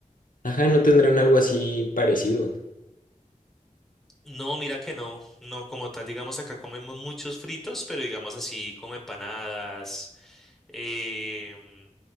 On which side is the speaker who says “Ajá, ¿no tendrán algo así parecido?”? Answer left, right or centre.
Left